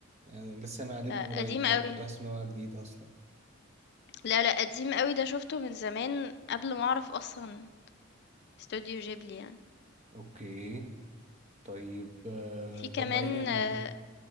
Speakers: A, on the right; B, on the left.
A: يعني لسه معلم
B: ده
A: من قريب
B: قديم
A: فكنت
B: أوي.
A: بحسب ان هو جديد اصلا
B: لا، لأ قديم أوي، ده شُفته من زمان قبل ما أعرف أصلًا استوديو غيبلي يعني.
A: اوكي طيب آه
B: في
A: طب
B: كمان
A: بعيدا
B: آه،